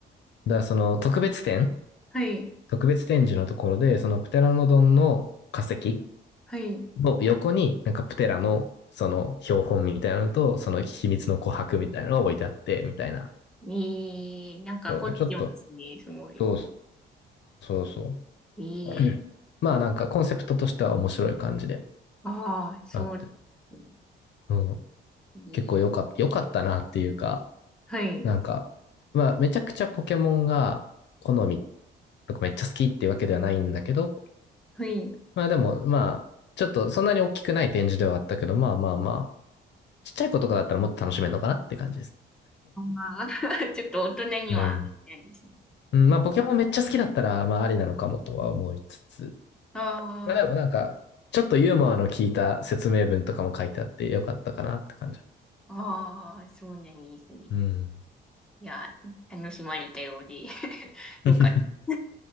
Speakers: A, on the left (about 65°); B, in the centre.
A: だからその特別展
B: <laughs> はい、
A: 特別展示のところで、そのプテラノドンの化石
B: はい。
A: の横に、なんかプテラのその標本みたいなのと、その秘密の琥珀みたいなのが置いてあって、みたいな。
B: えー、なんか凝ってますね、
A: そう、ちょっと、
B: すごい。
A: そうそうそう。
B: えー、
A: <clears throat> <laughs> まあなんかコンセプトとしては面白い感じで
B: ああ、そうですね。
A: あって、うん、
B: えー、
A: 結構良かった、良かったなっていうか、
B: はい。
A: なんか、まあめちゃくちゃポケモンが好みとかめっちゃ好きっていうわけではないんだけど、
B: はい。
A: まあでもまあ、ちょっとそんなに大きくない展示ではあったけど、まあまあまちっちゃい子とかだったらもっと楽しめるのかなって感じです。
B: あー <laughs> ちょっと大人には、
A: うん。
B: ないですね。
A: うん、まあ、ポケモンめっちゃ好きだったら、まあ、ありなのかもとは思いつつ、
B: ああ、
A: まあ、でもなんか、ちょっとユーモアの効いた説明文とかも書いてあってよかったかなって感じ。
B: ああ、そうなんですね。
A: うん。
B: いや、楽しまれたようで。<laughs> よかった
A: <laughs>